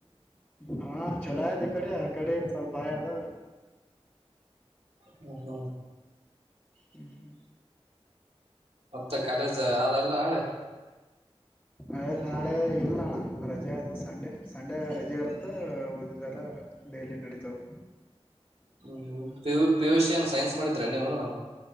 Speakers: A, on the left; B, on the right.
A: ಹಾ ಚುಲೋ ಆಯದ ಇಕ್ಕಡೇ ಆಕ್ಕಡೆ ಸ್ವಲ್ಪ ಆಯದ
B: ಹ್ಮ ಹ್ಮ.
A: ಹ್ಮ್
B: ಅತ್ತ ಕಾಲೇಜ ಅ ಆದಲ್ಲ ನಾಳೆ.
A: ಅಯ್ ನಾಳೆ ಇಲ್ಲ ಅಣ್ಣ ರಜೆ ಅದ ಸಂಡೆ ಸಂಡೆ ರಜೆ ಇರುತ್ತ. ತ್ತ ಒದಿದೆಲ್ಲ ಡೈಲಿ ನಡಿತಾವ.
B: ಹ್ಮ್ ಹ್ಮ್ ಪಿಯು ಪಿಯುಸಿ ಎನ್ ಸೈನ್ಸ್ ಮಾಡಿದ್ರೆನ ನೀವು.